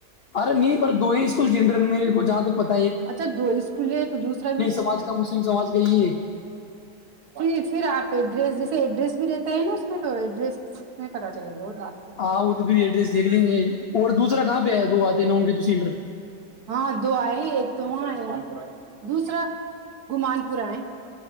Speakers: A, on the left (about 70°); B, on the right (about 65°).
A: ارے نہیں پر دوئ اس ج میرےاادک پک
B: اچھا دو اسکول تو دوسرا بھی ہو سکتا
A: سماج
B: ہے
A: کا مسلم سماج کا یہ
B: پ پھر آپ ایڈریس ج ایڈریس بھی رہتا ہے نا اس میں تو ایڈریس میں پتتا چلے تو گا آپ کو
A: ہاں وہ تو پھر ایڈریس دھ لیں گے اور دوسرا کہاں گئے دو آتے نہوں گے ت انڈر
B: ہاں دو آئے ایک تو وہاں ہے دوسرا گمان پور آئے